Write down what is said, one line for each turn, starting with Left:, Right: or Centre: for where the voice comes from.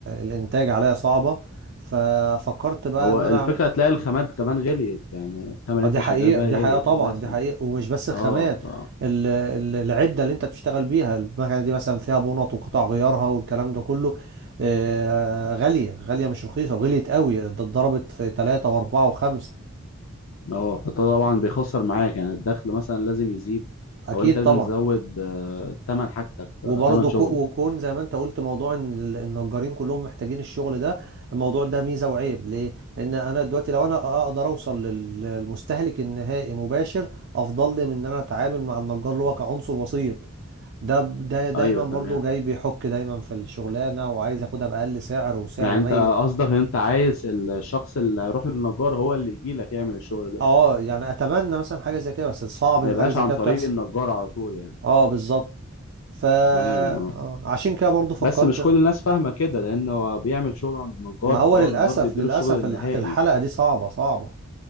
Right: الإنتاج عليا صعبة ففكرت بقى
Left: هو
Right: إن
Left: الفكره
Right: أنا أعمل
Left: هتلاقي الخامات كمان غليت يعني الخامه اللي
Right: آه،
Left: انت
Right: دي حقيقة
Left: شغال بيها
Right: دي
Left: غليت
Right: حقيقة طبعا
Left: اساسا
Right: دي حقيقة ومش بس الخامات
Left: اه ف
Right: ال- ال- العدة اللي أنت بتشتغل بيها المكنة دي مثلا فيها بونط وقطع غيارها والكلام ده كله آه، غالية غالية مش رخيصة وغليت قوي ده اتضربت في ثلاثة وأربعة وخمسة
Left: اه فطبعا بيخسر معاك يعني الدخل مثلا لازم يزيد
Right: أكيد
Left: او انت لازم
Right: طبعا
Left: تزود آه، تمن حاجتك
Right: وبرضه
Left: آه، تمن شغلك
Right: كو- وكون زي ما انت قلت موضوع ان ال- النجارين كلهم محتاجين الشغل ده الموضوع ده ميزه وعيب ليه؟ لان انا دلوقتي لو انا اقدر اوصل لل- للمستهلك النهائي مباشر افضل لي من ان انا اتعامل مع النجار اللي هو كعنصر وسيط ده ب- ده دايما
Left: ايوه
Right: برضه
Left: تمام
Right: جاي بيحك دايما في الشغلانه وعايز ياخدها باقل سعر وسعر
Left: يعني انت
Right: ميت
Left: قصدك ان انت عايز الشخص اللي هيروح للنجار هو اللي يجي لك يعمل الشغل ده
Right: اه يعني اتمنى مثلا حاجه زي كده بس صعب
Left: ما
Right: ان
Left: يبقاش
Right: حاجه زي
Left: عن
Right: كده
Left: طريق
Right: بتحصل
Left: النجار على طول يعني
Right: اه بالظبط ف آه،
Left: تمام اه
Right: عشان كده برضه فكرت
Left: بس مش كل الناس فاهمة كده لأن هو بيعمل شغل عند النجار
Right: ما هو
Left: فهو
Right: للأسف
Left: النجار بيديله
Right: للأسف
Left: الشغل النهائي
Right: الح- الحلقة دي صعبة صعبة